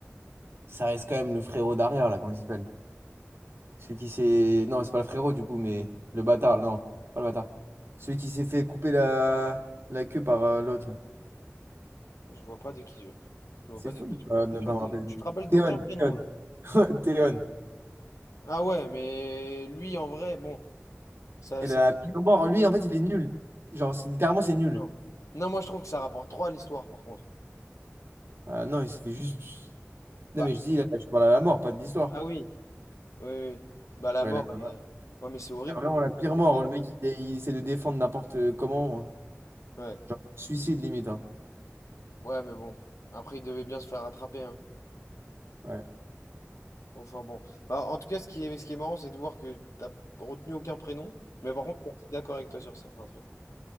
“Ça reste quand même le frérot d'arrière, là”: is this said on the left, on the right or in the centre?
Right